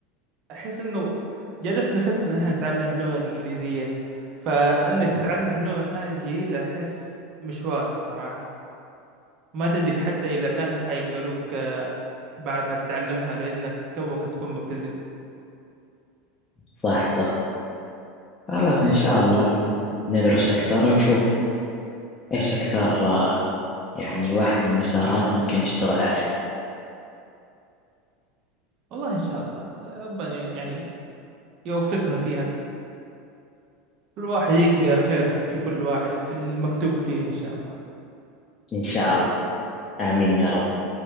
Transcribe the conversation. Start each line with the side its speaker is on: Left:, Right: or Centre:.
Right: أحس إنه جلسنا فترة نحن نتعلم اللغة الإنجليزية فإنك تتعلم لغة ثانية جديدة أحس مشوار صراحة ما تدري حتى إذا كانوا حيقبلوك آه، بعد ما تتعلمها لأنك توك تكون مبتدئ
Left: صح صح خلاص إن شاء الله ن- ندرس أكثر ونشوف إيش أكثر آه يعني واحد من المسارات ممكن نشتغل عليها
Right: والله إن شاء الله آه، ربنا يعني يوفقنا فيها الواحد يلقى خير في كل واحد في المكتوب فيه إن شاء الله
Left: إن شاء الله آمين يا رب